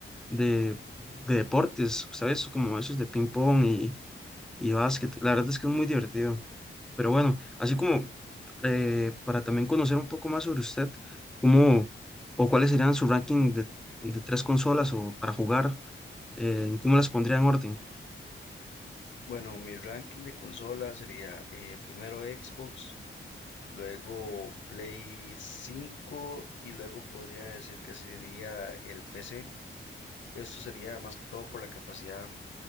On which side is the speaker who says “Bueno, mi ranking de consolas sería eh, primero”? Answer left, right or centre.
Left